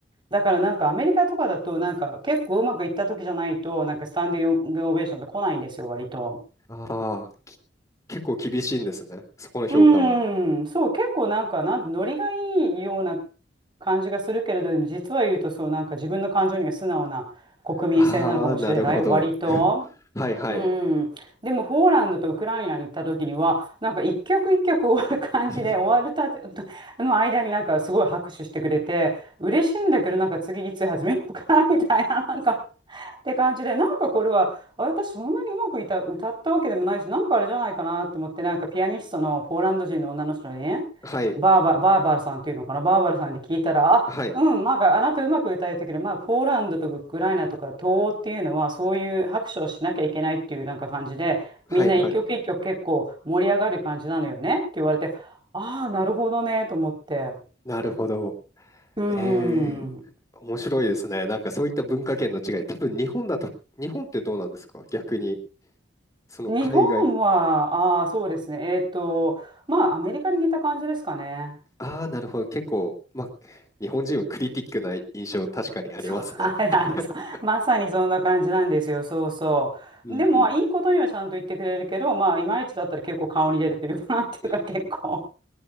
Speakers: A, on the right; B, on the left.
A: だからなんかアメリカとかだとなんか結構うまくいった時じゃないとなんかスタンディングオベーションって来ないんですよ割と。
B: ああ、き結構厳しいんですね、そこの評価は。
A: うーん、そう結構なんかなんノリがいいような感じがするけれどでも実は言うとそうなんか自分の感情には素直な国民性なのかもしれない割と。
B: ああ、なるほど。はいはい。
A: うん、でもポーランドとウクライナに行った時にはなんか一曲一曲終わる感じで終わるたて
B: <laughs>
A: の間になんかすごい拍手してくれて嬉しいんだけどなんか次いつ始めようかなみたいな、<laughs> なんかって感じでなんかこれはあ私そんなにうまくいた歌ったわけでもないしなんかあれじゃないかなと思ってなんかピアニストのポーランド人の女の人にね
B: はい
A: バーバ、バーバラさんっていうのかなバーバラさんに聞いたらうん、
B: はい
A: まああなたうまく歌えたけど、まあ、ポーランドとかウクライナとか東欧っていうのはそういう拍手をしなきゃいけないっていうなんか感じでみんな一曲一曲結構盛り上がる感じなのよねって言われてああなるほどねと思って
B: はいはい。なるほど。
A: うん
B: えー、面白いですね。なんかそういった文化圏の違い、多分日本だと、日本ってどうなんですか逆に、その海外、
A: 日本はああそうですねえっとまあアメリカに似た感じですかね
B: ああ、なるほど、結構、まあ、日本人はクリティックな印象、確かにありますね。
A: そうあらあらそうまさにそんな感じなんですよそうそうでもいいことにはちゃんと言ってくれるけどまあいまいちだったら結構顔に出るというかなんていうか結構。
B: <laughs> うんうん。うん。